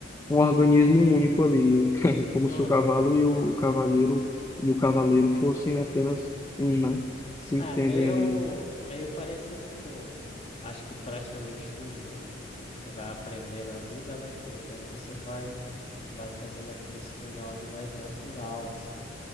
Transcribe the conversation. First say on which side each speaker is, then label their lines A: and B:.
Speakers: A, on the left (about 15°); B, on the left (about 35°).
A: um organismo único ali, <laughs> como
B: Uhum.
A: se o cavalo e o, o cavaleiro e o cavaleiro fossem apenas um, né, se entendem
B: É meio,
A: ali.
B: meio parecido com, acho que praticamente tudo que, que que você vai aprender na vida, né? Com o tempo você vai, vai fazendo aquilo se tornar algo mais natural, assim.